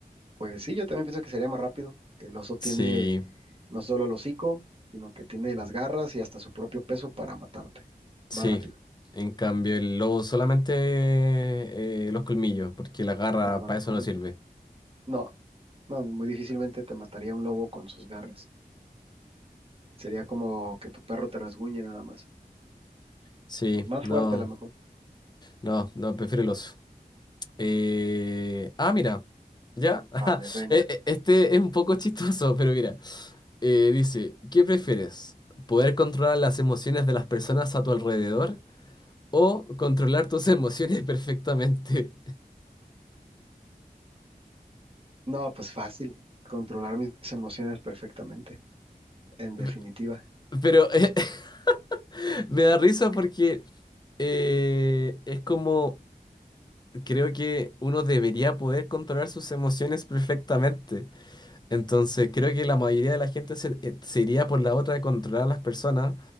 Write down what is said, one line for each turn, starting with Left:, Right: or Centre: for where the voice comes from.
Right: pues sí, yo también pienso que sería más rápido. El oso tiene
Left: Sí,
Right: No solo el hocico, sino que tiene las garras y hasta su propio peso para matarte.
Left: sí.
Right: Más rápido.
Left: En cambio, el lobo solamente eh, los colmillos, porque la garra
Right: Nada más
Left: para
Right: lo
Left: eso
Right: comí.
Left: no sirve.
Right: No, no, muy difícilmente te mataría un lobo con sus garras. Sería como que tu perro te resguñe nada más.
Left: Sí,
Right: Más
Left: no,
Right: fuerte a lo mejor.
Left: no, no, prefiero el oso. Eh, ah, mira, ya. <laughs> ajá,
Right: Vale, venga.
Left: e- e- Este es un poco chistoso, pero mira. Eh, dice, ¿qué prefieres? ¿Poder controlar las emociones de las personas a tu alrededor o controlar tus emociones perfectamente?
Right: No, pues fácil. Controlar mis emociones perfectamente, en
Left: <laughs>
Right: definitiva.
Left: Pero eh, <laughs> me da risa porque eh, es como, creo que uno debería poder controlar sus emociones perfectamente. Entonces, creo que la mayoría de la gente se, eh, se iría por la otra de controlar a las personas,